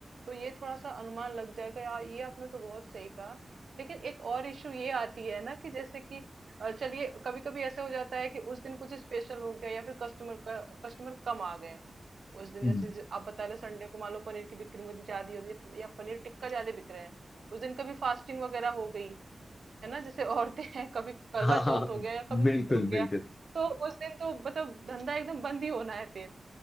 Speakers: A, on the right; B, on the left.
A: तो ये थोड़ा-सा अनुमान लग जाएगा। या ये आपने तो बहुत सही कहा। लेकिन एक और इश्यू ये आती है ना कि जैसे कि अ, चलिए कभी-कभी ऐसा हो जाता है कि उस दिन कुछ स्पेशल हो गया या फिर कस्टमर का कस्टमर कम आ गए। उस दिन
B: हम्म
A: जैसे ज आप बता रहे संडे को मान लो पनीर की बिक्री मेरी ज़्यादा हो रही है या पनीर टिक्का ज़्यादा बिक रहे हैं। उस दिन कभी फास्टिंग वगैरह हो गई। है ना जैसे औरतें हैं कभी करवा
B: हाँ
A: चौथ
B: हाँ
A: हो गया या कभी
B: बिल्कुल
A: कुछ हो
B: बिल्कुल
A: गया तो उस दिन तो मतलब धंधा एकदम बंद ही होना है फिर